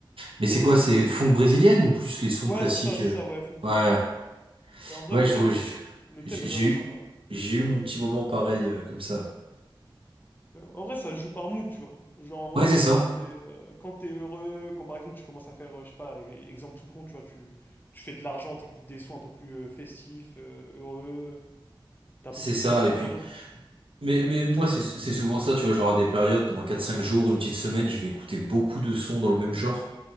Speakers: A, on the right; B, on the left.
A: Mais
B: Mais,
A: c'est quoi,
B: euh,
A: c'est funk brésilienne ou plus les sons
B: ouais,
A: classiques?
B: c'est ça, c'est
A: euh
B: ça, ouais, funk brésilien,
A: Ouais,
B: ouais. Et en vrai,
A: ouais,
B: de
A: je
B: vrai,
A: vois,
B: le,
A: je-
B: le thème
A: j'ai
B: est vraiment
A: j'ai
B: sympa.
A: eu, j'ai eu mon petit moment pareil, euh, comme ça, ouais.
B: Ouais, En vrai, ça se joue par mood, tu vois. Genre, en vrai,
A: Ouais,
B: c'est
A: c'est ça.
B: quand t'es euh, quand t'es heureux, quand, par exemple, tu commences à faire, euh, je sais pas, e- exemple tout con, tu vois, tu, tu fais de l'argent, t'écoutes des sons un peu plus euh, festifs, euh, heureux, t'es un
A: C'est
B: peu plus...
A: ça,
B: ca-
A: et puis...
B: T'es un peu plus...
A: Mais,
B: Ouais,
A: mais
B: dis-moi.
A: moi, c'est c'est souvent ça, tu vois, genre à des périodes, pendant quatre cinq jours, une petite semaine, je vais écouter beaucoup de sons dans le même genre,